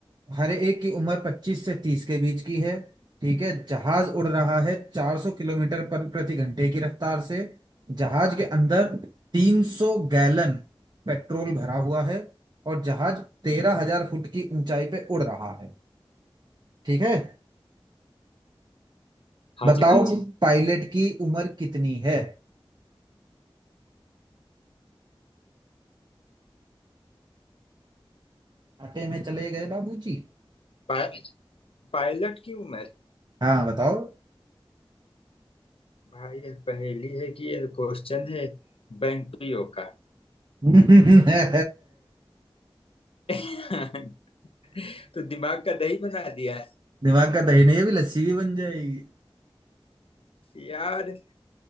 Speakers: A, on the right (about 50°); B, on the left (about 75°).
A: हर एक की उम्र 25 से 30 के बीच की है ठीक है जहाज उड़ रहा है 400 किलोमीटर पर प्रति घंटे की रफ्तार से जहाज के अंदर 300 गैलन पेट्रोल भरा हुआ है और जहाज 13000 फुट की ऊंचाई पे उड़ रहा है ठीक है हाँ
B: हाँ
A: बताओ
B: जी
A: जी पायलट की उम्र कितनी है आटे में चले गए बाबूजी
B: पा, पायलट की उम्र
A: हाँ बताओ
B: भाई यह पहेली है कि यह क्वेश्चन है बैंटियो का
A: <laughs>
B: <laughs> तो दिमाग का दही बना दिया है
A: दिमाग का दही नहीं है, अभी लस्सी भी बन जाएगी
B: यार